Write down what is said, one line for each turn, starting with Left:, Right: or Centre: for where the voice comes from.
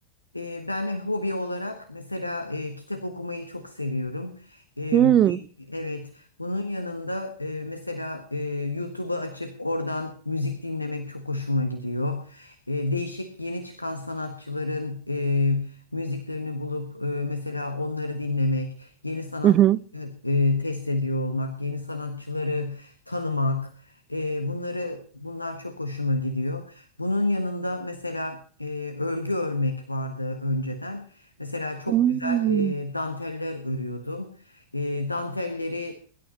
Left: E, Ben hobi olarak mesela e, kitap okumayı çok seviyorum. E,
Right: Hmm.
Left: bu- evet, bunun yanında e, mesela e, YouTube'u açıp oradan müzik dinlemek çok hoşuma gidiyor. E, değişik yeni çıkan sanatçıların e, müziklerini bulup e, mesela onları dinlemek, yeni sanatçı
Right: Hı hı.
Left: e, test ediyor olmak, yeni sanatçıları tanımak, e, bunları bunlar çok hoşuma gidiyor. Bunun yanında mesela e, örgü örmek vardı önceden. Mesela çok
Right: Hmm.
Left: güzel e, danteller örüyordum. E, dantelleri